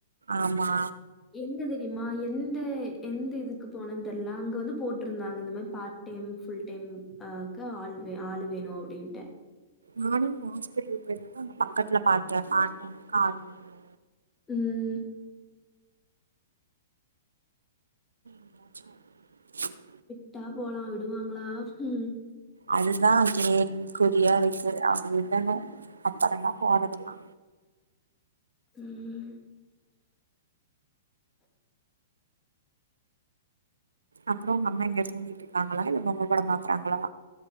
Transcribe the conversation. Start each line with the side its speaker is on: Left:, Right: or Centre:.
Right: ஆமா
Left: எங்க தெரியுமா எந் எ எந்த இதுக்கு போனன்னு தெரியல அங்க வந்து போட்ருந்தாங்க இந்த மாரி பார்ட் டைம் ஃபுல் டைம் ஆஹ் ஆள் ஆள் வேணும் அப்படின்ட்டு
Right: நானும் ஹாஸ்பிட்டலு பேயிருந்தப்ப அங்க பக்கத்துல பார்த்தேன் பார்ட் டைம்கு ஆள் வேணுனு
Left: உம்
Right: <inaudible>
Left: விட்டா போலா விடுவாங்ளா ம்
Right: அதுதான் கேள்விக்குரியா இருக்கு அவங்க விடனும் அப்பறம தா போறது எல்லா
Left: ம்
Right: அப்றோ உங்க அம்மா எங்க தூங்கிட்டு இருக்காங்களா இல்ல பொம்மை படம் பாக்குறாங்களா